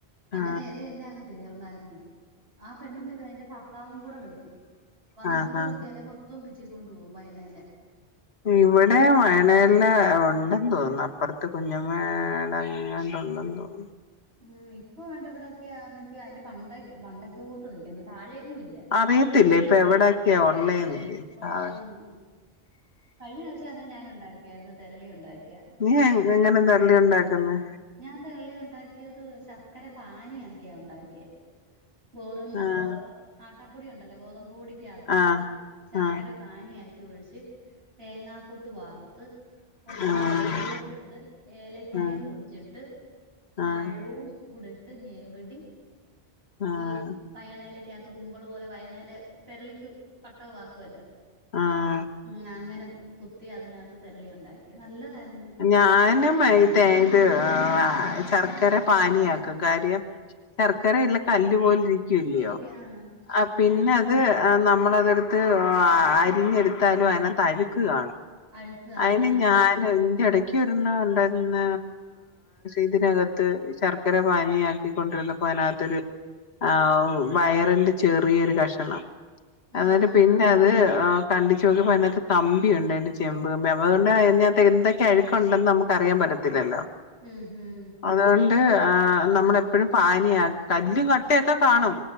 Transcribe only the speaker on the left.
ആ
ആ ആ
ഇവടെ വൈണെല ഉണ്ട് തോന്നുന്നു അപ്പുറത്ത് കുഞ്ഞമേട അങ്ങങ്ങാണ്ട് ഉണ്ടന്ന് തോന്നു
അറിയത്തില്ല
ഇപ്പൊ എവിടൊക്കെയാ ഉള്ളേന്ന്
സാധനം
നീ എ എങ്ങനെ തെരളി ഉണ്ടാക്കുന്നെ?
ആഹ്
ആഹ്
ആഹ്
ആഹ്
ആഹ്
ആഹ്
ആഹ്
ആഹ്
ഞാനും <unintelligible> ശർക്കര പാനിയാക്കും കാര്യം ശർക്കര ഇല്ല് കല്ല് പോലെ ഇരിക്ക്യോല്ല്യോ
ആഹ് പിന്നെ
അത് നമ്മള് അതെടുത്ത് അരിഞ്ഞെടുത്താലും അയ്നകത്ത് അഴുക്ക് കാണും
അയിന് ഞാൻ ഇതിന്റെ എടക്ക് ഒരെണ്ണം ഉണ്ടായിരുന്ന ഇതിനകത്ത് ശർ ർക്കര പാനിയാക്കികൊണ്ടിരുന്നപ്പോ അതിനകത്തൊരു ആ വയറിന്റെ ചെറിയൊരു കഷണം.
ഇന്നട്ട് പിന്നെ അത് കണ്ടിച്ചു നോക്കിപ്പോ അതിനകത്ത് കമ്പിയുണ്ട് അന്റെ ചെ തുരുമ്പി അപ്പൊ അതൊണ്ട് അതിനകത്ത് എന്തൊക്കെ അഴുക്കുണ്ടെന്ന് നമുക്ക് അറിയാൻ പറ്റത്തില്ലല്ലോ
അതുകൊണ്ട് ആ നമ്മളെ എപ്പഴും പാനിയാക്ക കല്ലും കട്ടയൊക്കെ കാണും.